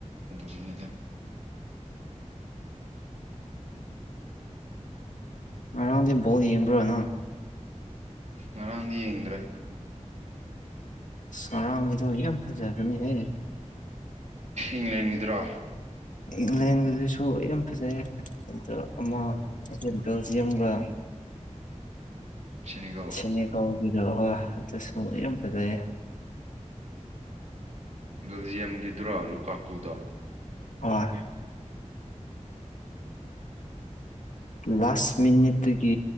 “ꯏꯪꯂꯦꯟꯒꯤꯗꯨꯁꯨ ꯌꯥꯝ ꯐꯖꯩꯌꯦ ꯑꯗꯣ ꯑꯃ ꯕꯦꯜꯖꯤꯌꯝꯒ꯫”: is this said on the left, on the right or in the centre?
Left